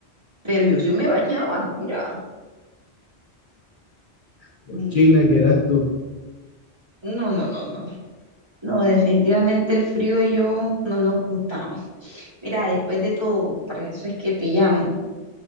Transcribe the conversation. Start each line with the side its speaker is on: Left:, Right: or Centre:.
Right: pero yo sí me bañaba, mira,
Left: Cochina
Right: mm,
Left: que eras tú.
Right: no, no, no, no, no, no, definitivamente el frío y yo no nos gustamos. Mira, después de todo, para eso es que te llamo.